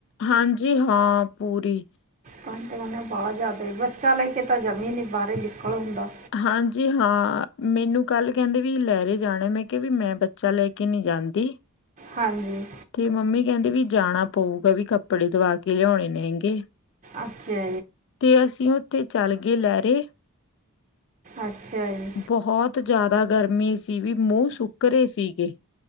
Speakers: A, on the left; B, on the right.
A: ਹਾਂਜੀ ਹਾਂ ਪੂਰੀ।
B: ਤਾਂ ਹੀ ਤਾਂ ਕਹ ਬਾਹ ਜ਼ਿਆਦਾ ਬੱਚਾ ਲੈ ਕੇ ਤਾਂ ਜਮੀ ਨੀਂ ਬਾਹਰੇ ਨਿਕਲ ਹੁੰਦਾ।
A: ਹਾਂਜੀ ਹਾਂ, ਮੈਨੂੰ ਕੱਲ੍ਹ ਕਹਿੰਦੇ ਵੀ ਲੈਰੇ ਜਾਣਾ ਮੈਂ ਕਿਹਾ ਵੀ ਮੈਂ ਬੱਚਾ ਲੈ ਕੇ ਨ੍ਹੀਂ ਜਾਂਦੀ। <unintelligible>
B: ਹਾਂਜੀ।
A: ਤੇ ਮੰਮੀ ਕਹਿੰਦੀ ਵੀ ਜਾਣਾ ਪਊਗਾ ਵੀ ਕੱਪੜੇ ਦਵਾ ਕੇ ਲਿਆਉਣੇ ਨੇ ਗੇ।
B: ਅੱਛਾ।
A: ਤੇ ਅਸੀਂ ਉੱਥੇ ਚੱਲ ਗਏ ਲਹਿਰੇ?
B: ਅੱਛਾ ਜੀ।
A: ਬਹੁਤ ਜ਼ਿਆਦਾ ਗਰਮੀ ਸੀ ਵੀ ਮੂੰਹ ਸੁੱਕ ਰਰੇ ਸੀ ਗੇ।